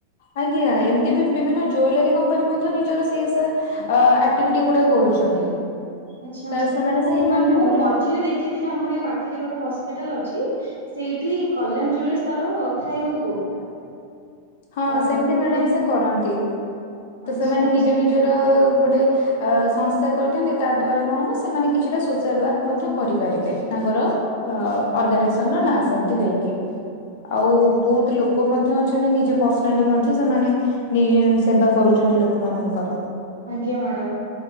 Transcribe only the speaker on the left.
ଆଜ୍ଞା ଏମିତି ବି ବିଭିନ୍ନ ଜୁଏଲାରୀ କମ୍ପାନୀ ମଧ୍ୟ ନିଜର ସେଏ ଅ ଆକ୍ଟିଭିଟି ଗୁଡା କରୁଛନ୍ତି।
ତ
ସେମାନେ
ସେଇ ମାଧ୍ୟମରେ
ହଁ
ସେମିତି
ମ୍ୟାଡାମ
ସେ କରନ୍ତି, ତ
ସେମାନେ
ନିଜ ନିଜର ଗୋଟେ ଅ ସଂସ୍ୟ କରିନ୍ତି ତା ଦ୍ଵାରା କଣ ହବ ସେମାନେ କିଛିଟା ସୋସିଆଲ ୱାର୍କ ମଧ୍ୟ କରିପାରିବେ, ତାଙ୍କର ଅ
ଅର୍ଗାନାଇଜସନ ନା ସେମତି ଦେଇକି, ଆଉ
ବହୁତ ଲୋକ ଲୋକ ମଧ୍ୟ ଅଛନ୍ତି, ନିଜେ ପର୍ସନାଲି ମଧ୍ୟ ସେମାନେ ନି ସେବା କରୁଛନ୍ତି ଲୋକମାନଙ୍କର।